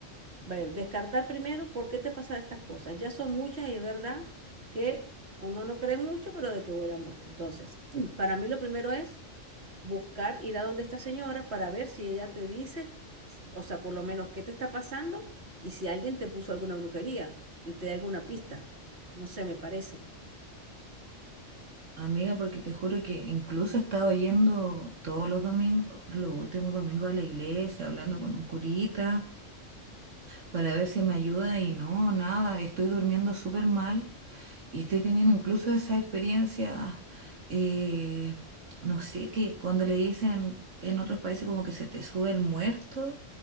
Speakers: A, on the right; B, on the right.
A: bueno, descartar primero por qué te pasan estas cosas. Ya son muchas y es verdad que uno no cree mucho, pero de que vuelan, vuelan. Entonces, <clears throat> para mí lo primero es buscar, ir a donde esta señora para ver si ella te dice, o sea, por lo menos qué te está pasando y si alguien te puso alguna brujería y te da alguna pista. No sé, me parece.
B: Amiga, porque te juro que incluso he estado yendo todos los domingos, los últimos domingos a la iglesia, hablando con un curita para ver si me ayuda y no, nada, estoy durmiendo súper mal. Y estoy teniendo incluso esas experiencias, eh, no sé, que cuando le dicen en otros países como que se te sube el muerto,